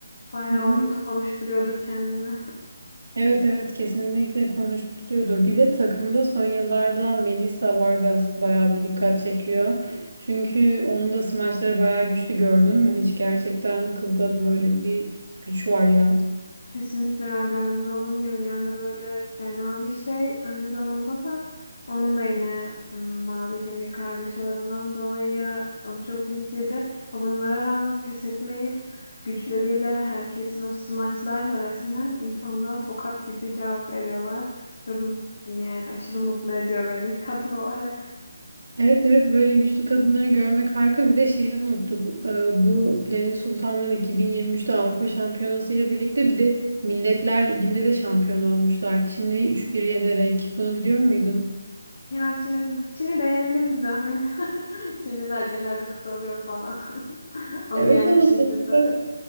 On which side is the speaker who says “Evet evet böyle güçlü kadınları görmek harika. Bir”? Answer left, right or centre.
Right